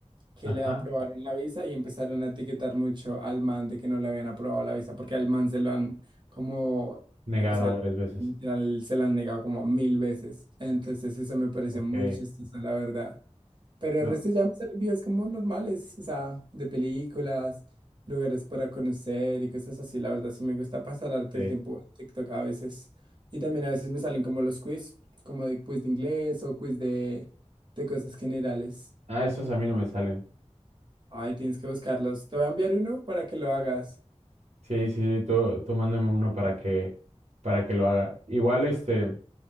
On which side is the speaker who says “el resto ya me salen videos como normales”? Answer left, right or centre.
Right